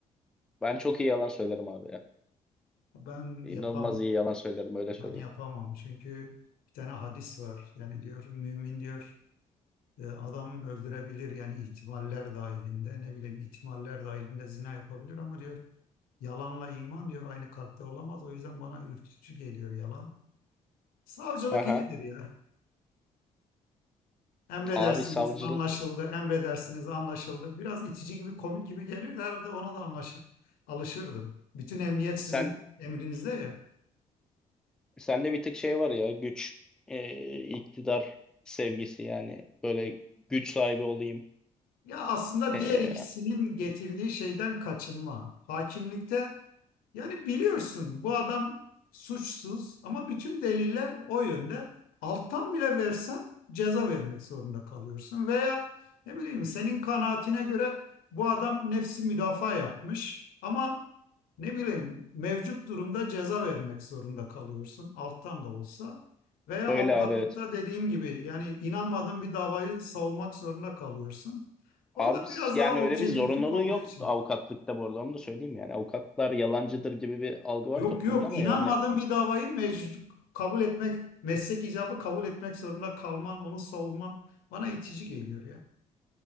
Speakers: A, in the centre; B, on the left.
A: ben çok iyi yalan söylerim abi.
B: Ben
A: İnanılmaz
B: yapamam.
A: iyi yalan söylerim öyle söyleyeyim.
B: Ben yapamam. Çünkü bir tane hadis var. Yani diyor mümin diyor e, adam öldürebilir yani ihtimaller dahilinde ne bileyim ihtimaller dahilinde zina yapabilir ama diyor yalanla iman diyor aynı kalpte olamaz. O yüzden bana ürkütücü geliyor yalan. Savcılık
A: Aha.
B: iyidir ya. Emredersiniz
A: Abi savcılık
B: anlaşıldı. Emredersiniz anlaşıldı. Biraz itici gibi komik gibi gelir de herhalde ona da anlaşıp alışırdım. Bütün emniyet sizin
A: sen
B: emrinizde ya.
A: sende bir tık şey var ya güç e, iktidar sevgisi yani böyle güç sahibi olayım.
B: Ya aslında
A: E,
B: diğer ikisinin getirdiği şeyden kaçınma. Hakimlikte yani biliyorsun bu adam suçsuz ama bütün deliller o yönde. Alttan bile versen ceza vermek zorunda kalıyorsun. Veya ne bileyim senin kanaatine göre bu adam nefsi müdafaa yapmış ama ne bileyim mevcut durumda ceza vermek zorunda kalıyorsun alttan da olsa. Veya
A: öyle
B: avukatlıkta
A: abi evet.
B: dediğim gibi yani inanmadığın bir davayı savunmak zorunda kalıyorsun.
A: Abi
B: Orada biraz
A: yani
B: daha objektiflik
A: öyle bir zorunluluğu
B: olduğu
A: yok
B: için.
A: avukatlıkta bu arada onu da söyleyeyim yani avukatlar yalancıdır gibi bir algı var
B: Yok
A: toplumda
B: yok
A: ama
B: inanmadığın
A: yani
B: bir davayı mecbur kabul etmek, meslek icabı kabul etmek zorunda kalman, onu savunman bana itici geliyor ya.